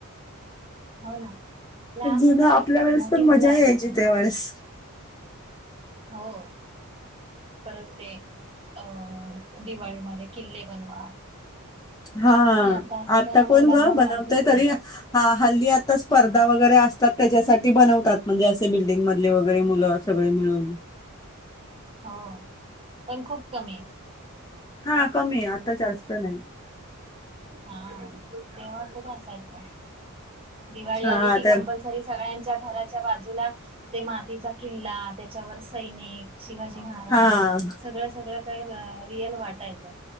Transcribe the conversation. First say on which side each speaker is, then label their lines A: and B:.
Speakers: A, on the right; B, on the left.
A: हो ना. लहान
B: जुन
A: मुलं
B: आपल्या
A: ऐकतात
B: वेळेस
A: मोठी
B: पण
A: मुलं
B: मजा
A: ऐकत
B: यायचीी
A: नाही
B: त्या्या वेळेस.
A: हो. परत ते अं दिवाळीमध्ये किल्ले बनवा.
B: हा
A: हे असं
B: आता
A: काही ह्या मुलांना
B: कोण ग बनवतय
A: माहितीच
B: तरी
A: नाहीये
B: हा हल्ली आता स्पर्धा वगैरे असते. त्याच्यासाठी बनवतात म्हणजे असे बिल्डिंग व. वगैरे मुलं सगळे मिळून.
A: हो पण खूप कमी आ
B: हा कमी आहे आता जास्त नाही.
A: हा तेव्हडा खूप असायचा. दिवाळी
B: हा
A: आली की
B: तर
A: कंपल्सरी सगळ्यांनी - च्या घराच्या बाजूला ते मातीचा किल्ला त्याच्यावर सैनिक - शिवाजी महाराज
B: हा
A: सगळं सगळं काही - रियल वाटायच